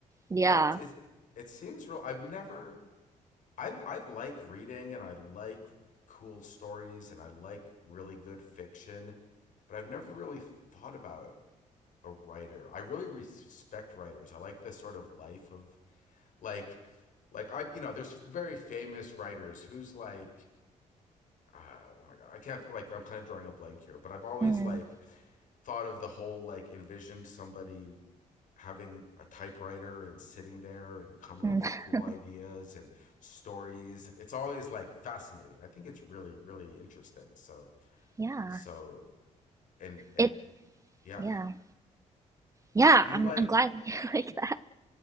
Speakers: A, on the right; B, on the left.
A: yeah.
B: That is. It seems real. I've never I I like reading and I like cool stories and I like really good fiction, but I've never really thought about a writer. I really respect writers. I like the sort of life of like like I you know there's very famous writers who's like uh, oh my god I can't like I'm kind of drawing a blank here, but I've always
A: Mm,
B: like thought of the whole like envisioned somebody having a typewriter and sitting there and coming
A: mm,
B: up with cool
A: <laughs>
B: ideas and stories it's always like fascinating i think it's really really interesting so
A: yeah.
B: so and and
A: It
B: yeah
A: yeah. Yeah,
B: do you
A: I'm
B: like
A: I'm glad <laughs> you like that.